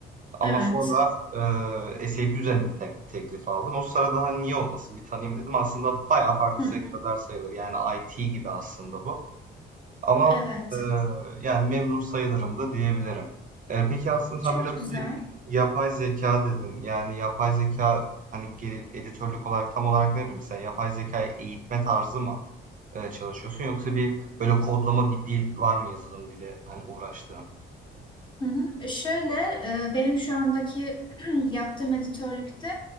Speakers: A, on the right; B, on the left.
A: Ama
B: Evet.
A: sonra e, SAP üzerine bir te- teklif aldım. O sırada hani niye olmasın bir tanıyayım dedim. Aslında bayağı farklı
B: Hı
A: sektörler
B: hı.
A: sayılır. Yani IT gibi aslında bu. Ama
B: Evet.
A: eee, yani memnun sayılırım da diyebilirim. Eee, peki aslında sen
B: Çok
A: biraz
B: güzel.
A: önce yapay zeka dedin. Yani yapay zeka hani gelip editörlük olarak tam olarak ne bileyim sen yapay zekayı eğitme tarzı mı eee, çalışıyorsun yoksa bir böyle kodlama bir dil var mı yazılım dili hani uğraştığın?
B: Hı hı. E, Şöyle e, benim şu andaki <clears throat> yaptığım editörlükte